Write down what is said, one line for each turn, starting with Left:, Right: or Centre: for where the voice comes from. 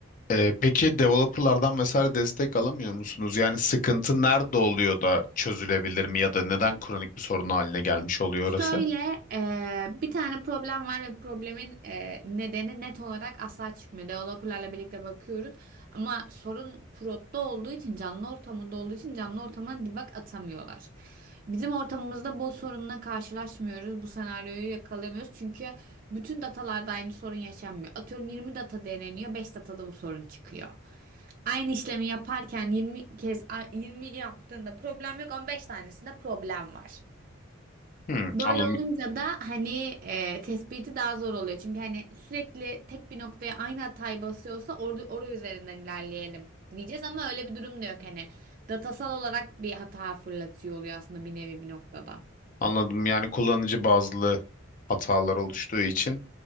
Left: Ee, peki developerlardan vesaire destek alamıyor musunuz? Yani sıkıntı nerede oluyor da çözülebilir mi ya da neden kronik bir sorun haline gelmiş oluyor
Right: Şöyle
Left: orası?
Right: e, bir tane problem var ve problemin e, nedeni net olarak asla çıkmıyor. Developerlarla birlikte bakıyoruz ama sorun prod'da olduğu için canlı ortamında olduğu için canlı ortama debug atamıyorlar. Bizim ortamımızda bu sorunla karşılaşmıyoruz. Bu senaryoyu yakalayamıyoruz. Çünkü bütün datalarda aynı sorun yaşanmıyor. Atıyorum 20 data deneniyor, 5 datada bu sorun çıkıyor. Aynı işlemi yaparken 20 kez 20 yaptığında problem yok, 15 tanesinde problem var.
Left: Hmm,
Right: Böyle
Left: anladım.
Right: olunca da hani e, tespiti daha zor oluyor. Çünkü hani sürekli tek bir noktaya aynı hatayı basıyorsa orada oraya üzerinden ilerleyelim diyeceğiz ama öyle bir durum da yok hani. Datasal olarak bir hata fırlatıyor oluyor aslında bir nevi bir noktada.
Left: Anladım. Yani kullanıcı bazlı hatalar oluştuğu için